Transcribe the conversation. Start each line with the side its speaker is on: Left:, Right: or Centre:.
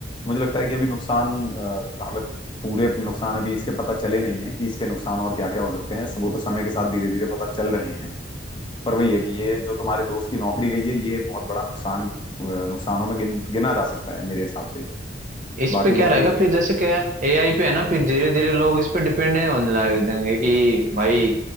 Left: मुझे लगता है कि अभी नुकसान अ, हमें पूरे नुकसान अभी इसके पता चले नहीं है कि इसके नुकसान और क्या क्या हो सकते हैं वो तो समय के साथ धीरे धीरे पता चल रहे हैं पर वही है कि ये जो तुम्हारे दोस्त की नौकरी गई है ये एक बहुत बड़ा नुकसान अ, नुकसानों में गिन, गिना जा सकता है मेरे हिसाब से
Right: इस
Left: बाकी
Right: पे क्या
Left: तो
Right: रहेगा
Left: वही
Right: फिर जैसे क्या एआई पे है ना फिर धीरे धीरे लोग इस पे डिपेंडेंट होने लग जाएंगे कि भाई